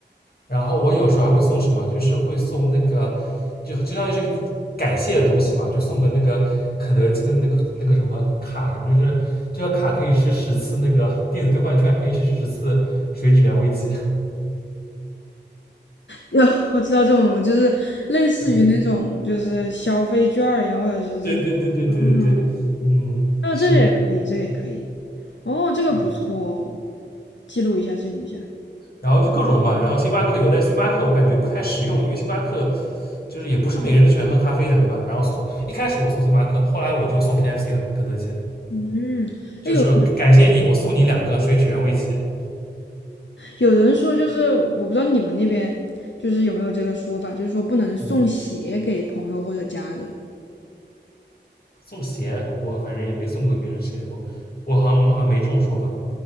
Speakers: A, on the left; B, on the left.
A: 然后我有时候还会送什么，就是会送那个，就就相当于是个感谢的东西嘛，就送个那个肯德基的那个那个什么卡什么，就是这个卡可以吃十次那个电子兑换券，可以吃十次水煮原味鸡。
B: 哟，<laughs> 我知道这种就是类似于那种就是消费券儿一样，
A: 嗯，
B: 或者是真的嗯，
A: 对对对对对对对，嗯，
B: 啊，
A: 是的，
B: 这个也可以，这个也可以。哦，这个不错哦，
A: 嗯，
B: 记录一下，记录一下。
A: 然后就各种嘛，然后星巴克有，但星巴克我感觉不太实用，因为星巴克就是也不是每个人都喜欢喝咖啡的，对吧？然后后一开始我送星巴克，后来我就送 KFC 了，肯德基。
B: 嗯，
A: 就是感谢你，
B: 哎有
A: 我送你两个水煮原味鸡。
B: 有人说就是我不知道你们那边就是有没有这个说法，就是说不能送鞋给朋友或者家人。
A: 嗯，送鞋我反正也没送过别人鞋过，我好像我们好像没这种说法。